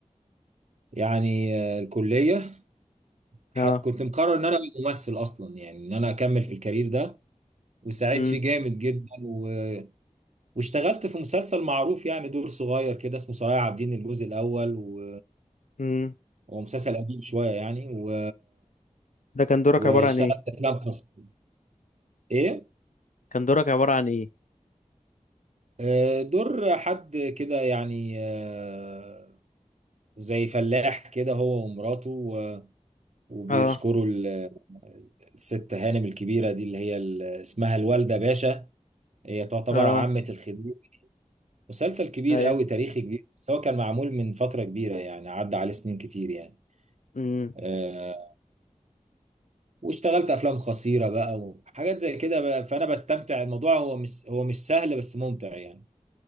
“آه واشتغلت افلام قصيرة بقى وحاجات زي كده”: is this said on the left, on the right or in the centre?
Right